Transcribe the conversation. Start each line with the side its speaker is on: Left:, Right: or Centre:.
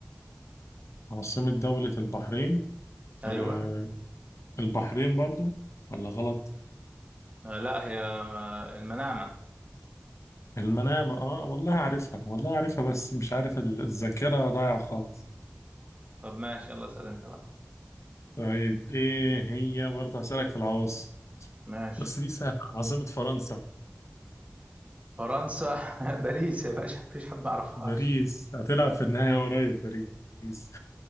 Left: عاصمة دولة البحرين
Right: ايوه
Left: أه البحرين برضو ولا غلط
Right: آه، لا هي آه، المنامة
Left: المنامة اه والله عارفها والله عارفها بس مش عارف ال- الذاكرة ضايعة خالص
Right: طب ماشي يلا اسأل انت بقى
Left: طيب ايه هي برضه هسألك في العواصم
Right: ماشي
Left: بس دي سهلة عاصمة فرنسا
Right: فرنسا <laughs> باريس يا باشا مفيش حد ما يعرفهاش
Left: باريس هتلعب في النهاية قريب باريس